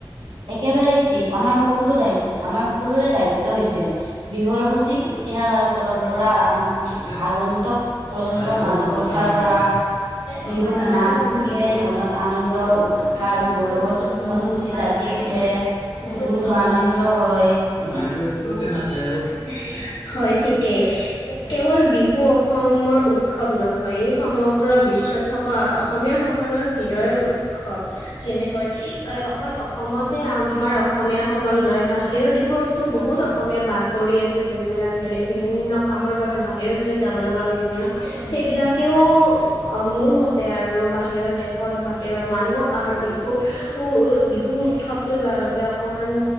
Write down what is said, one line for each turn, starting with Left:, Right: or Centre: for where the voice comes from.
Right: একেবাৰেই ঠিক আমাৰ সকলো দায়িত, আমাৰ সকলোৰে দায়িত্ব হৈছে বিহুৰ সঠিক ইতিহাস আৰু পৰম্পৰা আন
Left: <unintelligible>
Right: আগন্তক প্ৰজন্মৰ মাজত প্ৰচাৰ কৰা বিহুৰ নাম শুনিলেই
Left: <unintelligible>
Right: মনত আনন্দ উৎসাহ আৰু গৌৰৱৰ অনুভূতি জাগি উঠে
Left: <unintelligible>
Right: বহুতো আনন্দ হয় ম- বহুত
Left: হয় ঠিকেই, কেৱল বিহু অসমৰ উৎসৱ নহয় সমগ্ৰ বিশ্বত থকা অসমীয়াসকলৰ হৃদয়ৰ উৎসৱ, যেনেকৈ হয়, অকল অসমতে আ আমাৰ অসমীয়াসকল নাইবা বাহিৰৰ দেশতো বহুত অসমীয়া বাস কৰি আছে। যোনবিলাক বেলেগ বিভিন্ন কামৰ বাবে বাহিৰলৈ যাব লগা হৈছিল, সেইবিলাকেও অ, মোৰ মতে আৰু বাহিৰৰ দেশত, বাহিৰৰ মানুহক আমাৰ বিহুৰ ৰ, বিহু উৎসৱটো বাবে অকণমান